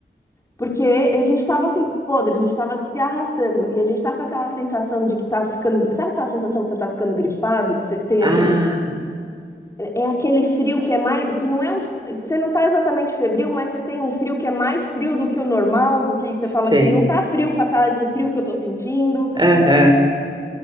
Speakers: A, on the left (about 15°); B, on the right (about 25°).
A: Porque a gente tava assim, podre, a gente tava se arrastando. E a gente tá com aquela sensação de que tá ficando. Sabe aquela sensação que você tá ficando gripado? Que você tem
B: Ah,
A: aquele. É aquele frio que é mais. Que não é um. que Você não tá exatamente febril, mas você tem um frio que é mais frio do que o normal, do que você
B: sei.
A: fala assim, não tá frio pra tá esse frio que eu tô sentindo.
B: Aham.